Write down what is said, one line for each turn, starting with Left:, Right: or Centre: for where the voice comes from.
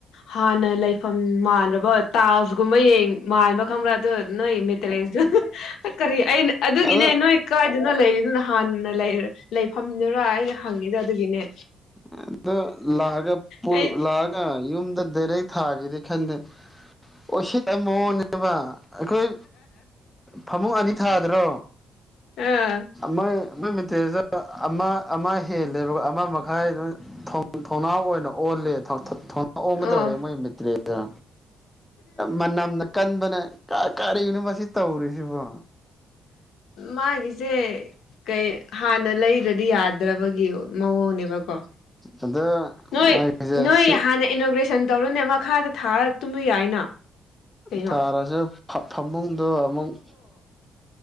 Left: ꯍꯥꯟꯅ ꯂꯩꯐꯝ ꯃꯥꯟꯗꯕ ꯇꯥꯖꯒꯨꯝꯕꯌꯦꯡ ꯃꯥꯟꯕ ꯈꯕ꯭ꯔꯥ ꯑꯗꯣ ꯅꯣꯏ ꯃꯦꯇꯔꯦꯁ ꯀꯔꯤ ꯑ ꯑꯗꯨꯒꯤꯅꯦ
Centre: ꯑꯗ
Left: ꯅꯣꯏ ꯀꯥꯏꯗꯅꯣ ꯂꯩꯔꯤꯗꯨꯅ ꯅꯍꯥꯟ ꯂꯩ ꯂꯩꯐꯝꯗꯨꯔ ꯑꯩꯅ ꯍꯪꯉꯤꯗꯣ ꯑꯗꯨꯒꯤꯅꯦ
Centre: ꯑꯗꯣ ꯂꯥꯑꯒ ꯄꯨꯜ
Left: ꯑꯩ
Centre: ꯂꯥꯑꯒ ꯌꯨꯝꯗ ꯗꯥꯏꯔꯦꯛ ꯊꯥꯒꯤꯗꯤ ꯈꯟꯗꯦ ꯎꯁꯤꯠ ꯃꯑꯣꯡꯅꯦꯕ ꯑꯩꯈꯣꯏ ꯐꯃꯨꯡ ꯑꯅꯤ ꯊꯥꯗ꯭ꯔꯣ
Left: ꯑ
Centre: ꯃꯣꯏ ꯃꯣꯏ ꯃꯇ꯭ꯔꯗ ꯑꯃ ꯑꯃ ꯍꯦꯂ ꯕ ꯑꯃ ꯃꯈꯥꯏ ꯑꯗꯨ ꯊꯣꯡꯅꯥꯎ ꯑꯣꯏꯅ ꯑꯣꯜꯂꯦ ꯑꯣꯟꯒꯗꯧꯔꯦ
Left: ꯑꯣ
Centre: ꯃꯣꯏ ꯃꯦꯇ꯭ꯔꯦꯗ ꯃꯅꯝꯅ ꯀꯟꯕꯅꯦ ꯀ ꯀꯔꯤꯅꯣ ꯃꯁꯤ ꯇꯧꯔꯤꯁꯤꯕꯣ
Left: ꯃꯥꯒꯤꯁꯦ ꯀꯩ ꯍꯥꯟꯅ ꯂꯩꯔꯗ꯭ꯔꯗꯤ ꯌꯥꯗ꯭ꯔꯕꯒꯤ ꯃꯑꯣꯡꯅꯦꯕꯀꯣ
Centre: ꯑꯗ
Left: ꯅꯣꯏ
Centre: ꯃꯥꯒꯤꯁꯦ
Left: ꯅꯣꯏ
Centre: ꯁꯤ
Left: ꯍꯥꯟꯅ ꯏꯅꯣꯒ꯭ꯔꯦꯁꯟ ꯇꯧꯎꯔꯣꯅꯦ ꯃꯈꯥꯗ ꯊꯥꯔꯒ ꯇꯨꯝꯕ ꯌꯥꯏꯅ ꯀꯩꯅꯣ
Centre: ꯊꯥꯔꯁꯨ ꯐꯃꯨꯡꯗꯣ ꯑꯃꯨꯛ